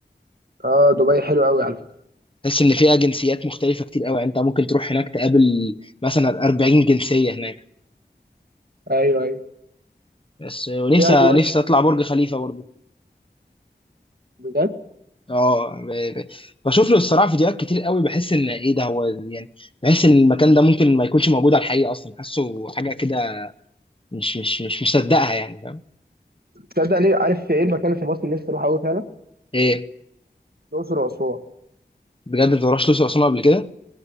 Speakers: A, on the right (about 60°); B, on the left (about 30°).
A: اه دبي حلو قوي على فكره
B: تحس ان فيها جنسيات مختلفه كتير قوي يعني انت ممكن تروح هناك تقابل مثلا 40 جنسيه هناك
A: ايوه ايوه
B: بس ونفسي
A: فيها دول
B: نفسي
A: حلوة
B: اطلع برج خليفه برضو
A: بجد
B: اه ب- ب- بشوف له الصراحه فيديوهات كتير قوي بحس ان ايه ده هو يعني بحس ان المكان ده ممكن ما يكونش موجود على الحقيقه اصلا حاسه حاجه كده مش مش مش مصدقها يعني
A: تصدق ليه عارف في ايه المكان اللي في مصر اللي نفسي اروح قوي فعلا
B: ايه
A: الاقصر واسوان
B: بجد انت ما رحتش الاقصر واسوان قبل كده